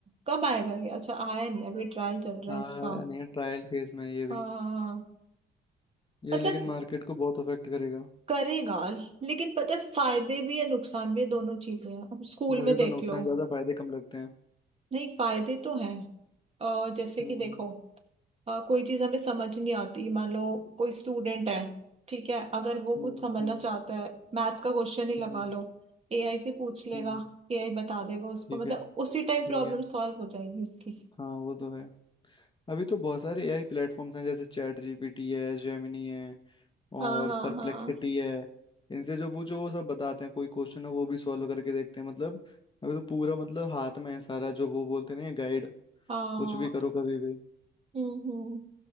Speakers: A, on the right; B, on the left.
A: कब आएगा ये अच्छा आया नहीं अभी ट्रायल चल रहा
B: हाँ
A: है इसका हाँ
B: नहीं ट्रायल फेज में है ये भी
A: हाँ हाँ।
B: ये
A: मतलब
B: लेकिन मार्केट को बहुत अफेक्ट करेगा
A: करेगा लेकिन पता है फायदे भी है नुकसान भी है दोनों चीजें हैं अब स्कूल
B: मुझे
A: में देख
B: तो नुकसान
A: लो
B: ज्यादा फायदे कम लगते हैं
A: नहीं फायदे तो हैं अ, जैसे
B: हम्म
A: कि देखो अ, कोई चीज हमें समझ नहीं आती मान लो कोई स्टूडेंट है ठीक है अगर वो
B: हम्म
A: कुछ समझना
B: हम्म
A: चाहता है मैथ्स का क्वेश्चन ही
B: हम्म
A: लगा लो एआई से पूछ लेगा
B: हम्म,
A: एआई बता देगा उसको
B: ठीक
A: मतलब
B: है
A: उसी टाइम
B: ठीक
A: प्रॉब्लम
B: है
A: सॉल्व हो जाएगी उसकी
B: हाँ वो तो है अभी तो बहुत सारे एआई प्लेटफॉर्म्स हैं जैसे चैट जीपीटी है जेमिनी है
A: हाँ
B: और
A: हाँ
B: परप्लेक्सिटी
A: हाँ
B: है इनसे जो पूछो वो सब बताते हैं कोई क्वेश्चन है वो भी सॉल्व करके देखते हैं मतलब अभी तो पूरा मतलब हाथ में है सारा जो वो बोलते नहीं है गाइड
A: हाँ
B: कुछ भी करो कभी भी
A: हम्म हम्म हम्म।